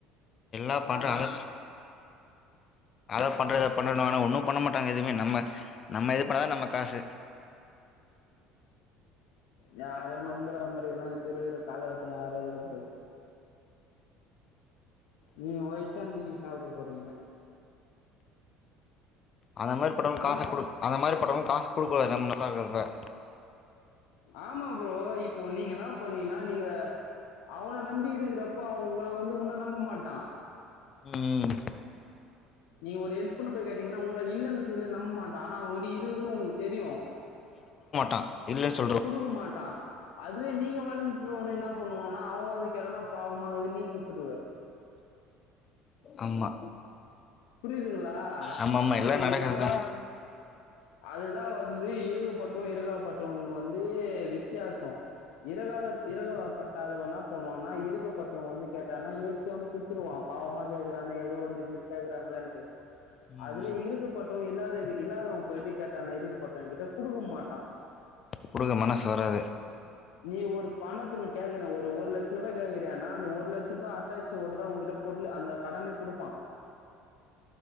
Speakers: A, on the left; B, on the left.
A: எல்லா
B: ஆ
A: பண்றா அத அத பண்றே இத பண்றேணுவா ஆனா ஒன்னு பண்ண மாட்டாங்க எதுமே நம்ம நம்ம இது பண்ணாதா நம்மக் காசு
B: யாரயு நம்புற மாரிலா இப்ப இருக்குற காலகட்ட யாரு இல்ல ப்ரோ நீங்க ஓழச்சா நீங்க சாப்ட போறீங்க
A: அந்த மாரி பட்டவ்ங்களுக்
B: ஆ
A: காச குடுக் அந்த மாரி பட்டவ்ங்களுக்கு காசு குடுக்ககூடாது நம்ம நல்லா இருக்கிறப்ப
B: ஆமா ப்ரோ இப்போ நீங்க என்னா பண்ணீங்னா நீங்க அவன நம்பி இருக்கிறப்போ அவ உங்கள வந்து உன்ன நம்ப மாட்டா
A: ம்
B: நீ ஒரு எல்ப் புன்னு போய் கேட்டீங்கன்னா உங்க இல்லன்னு சொல்லு நம்ப மாட்டா ஆனா அவகிட்ட இருக்குதுன்னு உங்களுக்கு தெரியு
A: ட இல்ல சொ
B: குடுக்க மாட்டா அதுவே நீங்க வளர்ந்துன என்ன பண்ணுவான்னா அவ வந்து கேட்டான்னா பாவ மாதிரி நீ குடுத்துருவ
A: ஆமா
B: புரியுதுங்களா
A: ஆமா ஆமா எல்லா
B: அதுக்குதா
A: நடக்கறதா
B: வந் அதுதா வந்து இருக்கப்பட்டவோ இருக்காப்பட்டவோ வந் அப்டே வித்தியாசோ இறகாத இறகப்பட்டாது வோண்ணா என்னா பண்ணுவானா இருக்க பட்டவங்க வந்து கேட்டாங்கன்னா யோசிக்காம குத்துருவோ பாவமா கேக்குறானே ஏதோ வந்து இது கேக்குறாங்களேன்ட்டு
A: ம்
B: அதுவே
A: ம்
B: இருக்கப்பட்டவ இல்லாத இல்லாதவன் போயிட்டு கேட்டனா இருக்கப்பட்டவன் கிட்ட குடுக்க மாட்டா
A: குடுக்க மனசு வராது
B: நீ ஒரு பணத்த நீ கேக்கறனே ஒரு ஒரு லட்ச ருபா கேக்குறயின்னா அந்த ஒரு லட்ச ரூபாய் அத்தாச்சி ஓட தா உங்கிட்ட பொருள் அந்த கடனு குடுப்பா